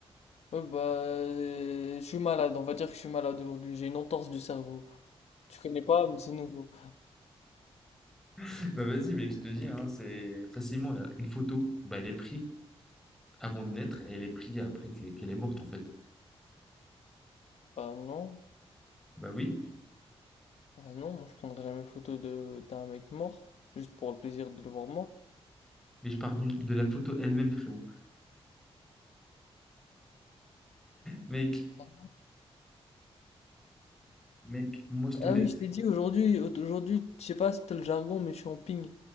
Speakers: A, on the left; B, in the centre.
A: Ouais, bah, euh, je suis malade, on va dire que je suis malade aujourd'hui, j'ai une entorse du cerveau. Tu connais pas, mais c'est nouveau.
B: <laughs> Bah vas-y, mec, je te dis, hein, c'est facilement là. Une photo, bah elle est prise avant de naître et elle est prise après qu'elle qu'elle est morte en fait.
A: Bah non,
B: Bah oui.
A: bah non, moi je prendrai jamais photo de d'un mec mort, juste pour le plaisir de le voir mort.
B: Mais je parle d'une- de la photo elle-même, frérot. Mec,
A: Ah,
B: Mec, moi je te
A: Ah
B: laisse.
A: oui, je t'ai dit aujourd'hui, aujourd'hui, je sais pas si t'as le jargon, mais je suis en ping.